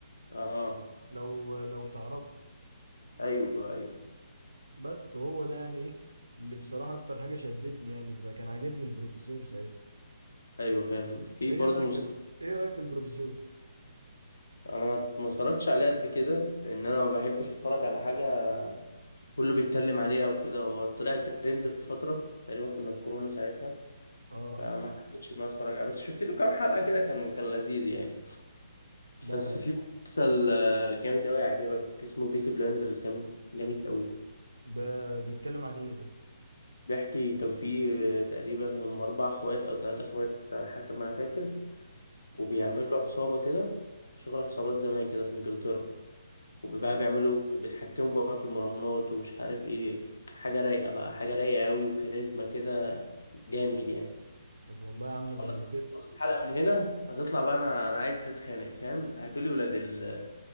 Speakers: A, on the left; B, on the right.
A: اه
B: لو لو تعرفه
A: ايوه ايوه
B: بس هو ده يعني ايه اللي بصراحة اكتر حاجة شدتني يعني كان عاجبني البروفيسور ساعتها
A: ايوه فاهم في
B: ايه
A: برضه
B: رأيك
A: مسلسل
B: في ايه رأيك في البروفيسور
A: انا ما ما اتفرجتش عليه قد كده لان انا ما بحبش اتفرج على حاجه كله بيتكلم عليها وكده هو طلع ترند في فتره تقريبا كنا في كورونا ساعتها
B: اه
A: فما حبيتش ان انا اتفرج عليه بس شفت له كام حلقه كده كان كان لذيذ يعني
B: لا
A: بس
B: لا
A: في مسلسل آه، جامد قوي يعجبك اسمه بيكي بلاندرز جامد جامد قوي
B: ب... بيتكلم عن ايه ده
A: بيحكي كان في آه، تقريبا هم أربع أخوات أو ثلاثة أخوات على حسب ما أنا فاكر وبيعملوا عصابة كده شغل عصابات زمان كده في إنجلترا وبقى
B: آه.
A: بيعملوا بيتحكموا بقى في المراهنات ومش عارف إيه حاجة رايقة بقى حاجة رايقة أوي وكاريزما كده جامد يعني
B: طب والله يا عم ده
A: خلاص
B: لو كده
A: خلاص الحلقة من هنا هتطلع بقى أنا أنا عايز أتخانق فاهم هاتولي ولاد ال